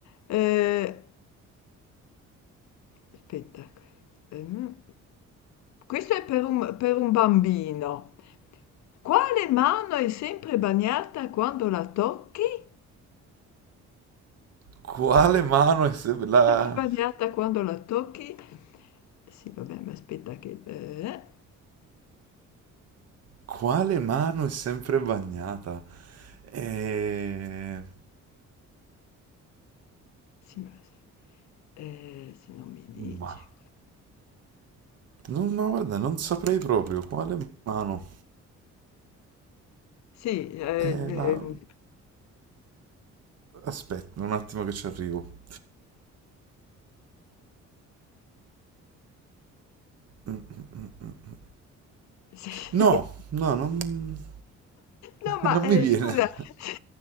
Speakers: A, on the left (about 70°); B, on the right (about 55°).
A: eh, aspetta, ehm, questo è per un, per un bambino. Quale mano è sempre bagnata quando la tocchi? È
B: Quale mano è sempre la...
A: sempre bagnata quando la tocchi? Sì, vabbè, ma aspetta che... eh,
B: Quale mano è sempre bagnata? Eh,
A: sì, ma se eh, se non mi dice...
B: Ma... Non, ma guarda, non saprei proprio quale mano.
A: Sì, eh,
B: Eh,
A: ehm,
B: la... Aspetta un attimo che ci arrivo. Mm, mm, mm, mm.
A: <laughs>
B: No,
A: sì.
B: no, non, <laughs>
A: No, ma,
B: non
A: ehm,
B: mi viene.
A: scusa, <laughs> sì,